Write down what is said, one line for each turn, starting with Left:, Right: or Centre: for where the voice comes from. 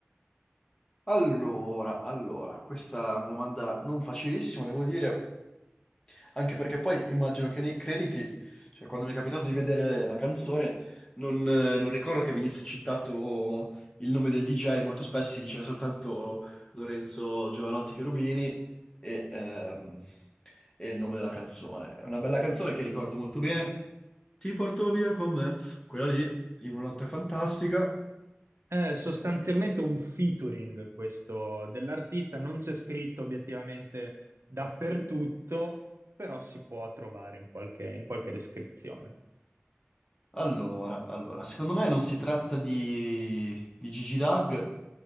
Left: Allora, allora, questa è una domanda non facilissima, devo dire. Anche perché poi immagino che nei crediti, cioè quando mi è capitato di vedere la canzone, non, eh, non ricordo che venisse citato il nome del DJ, molto spesso si diceva soltanto Lorenzo Giovanotti Cherubini e, ehm, e il nome della canzone. È una bella canzone che ricordo molto bene. Ti porto via con me, quella lì, in una notte fantastica.
Right: È sostanzialmente un featuring questo dell'artista, non c'è scritto obiettivamente dappertutto, però si può trovare in qualche, in qualche descrizione.
Left: Allora, allora, secondo me non si tratta di, di Gigi Dag